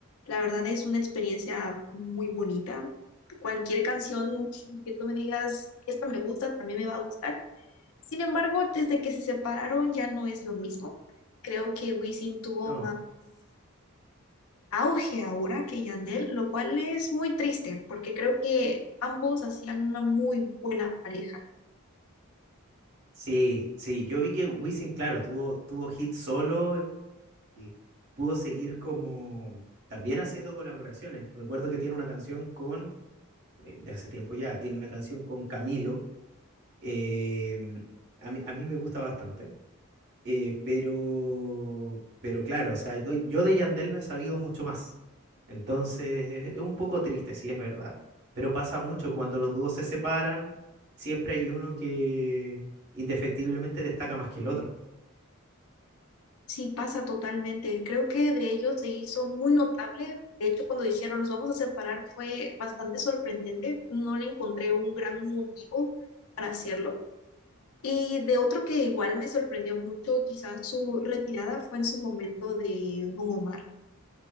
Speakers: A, on the left (about 80°); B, on the right (about 50°).
A: La verdad es una experiencia muy bonita. Cualquier canción que tú me digas, esta me gusta, también me va a gustar. Sin embargo, desde que se separaron ya no es lo mismo. Creo que Wisin tuvo
B: No.
A: más auge ahora que Yandel, lo cual es muy triste porque creo que ambos hacían una muy buena pareja.
B: Sí, sí, yo vi que Wisin, claro, tuvo, tuvo hit solo y pudo seguir como también haciendo colaboraciones. Recuerdo que tiene una canción con, eh, de hace tiempo ya, tiene una canción con Camilo. eh, a mí, a mí me gusta bastante, eh, pero, pero claro, o sea, do- yo de Yandel no he sabido mucho más. Entonces, es, es un poco triste, sí es verdad, pero pasa mucho cuando los dúos se separan, siempre hay uno que indefectiblemente destaca más que el otro.
A: Sí, pasa totalmente. Creo que de ellos se hizo muy notable. De hecho, cuando dijeron nos vamos a separar fue bastante sorprendente. No le encontré un gran motivo para hacerlo. Y de otro que igual me sorprendió mucho, quizás su retirada fue en su momento de Don Omar.